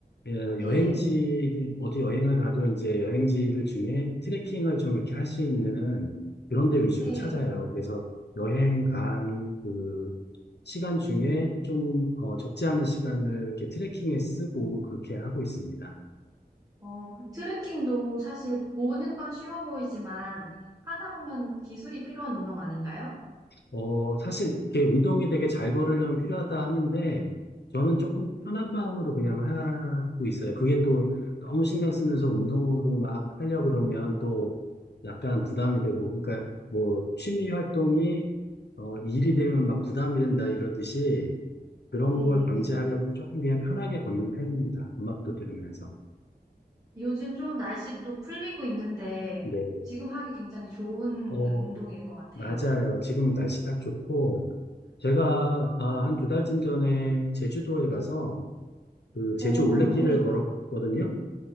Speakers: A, on the left; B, on the right.
A: 예, 여행지,
B: 네,
A: 어디 여행을 가도 이제 여행지들 중에 트레킹을 좀 이렇게 할 수 있는 그런 데 위주로
B: 네.
A: 찾아요. 그래서 여행 간 그 시간 중에 좀, 어, 적지 않은 시간을 이렇게 트레킹에 쓰고 그렇게 하고 있습니다.
B: 어, 그 트레킹도 사실 보는 건 쉬워 보이지만 하다 보면 기술이 필요한 운동 아닌가요?
A: 어, 사실 이게 운동이 되게 잘 걸으려면 필요하다 하는데 저는 조금 편한 마음으로 그냥 하고 있어요. 그게 또 너무 신경 쓰면서 운동으로 막 하려 그러면 또 약간 부담이 되고 그러니까 뭐 취미 활동이 어, 일이 되면 막 부담이 된다 이러듯이 그런
B: 네.
A: 걸 방지하려고 조금 그냥 편하게 걷는 편입니다. 음악도 들으면서.
B: 요즘 좀 날씨 또 풀리고 있는데
A: 네.
B: 지금 하기 굉장히 좋은
A: 어,
B: 운동일 것 같아요.
A: 맞아요. 지금 날씨 딱 좋고, 제가 아, 한 두 달쯤 전에 제주도에 가서 그 제주
B: 어,
A: 올레길을
B: 너무 좋,
A: 걸었거든요.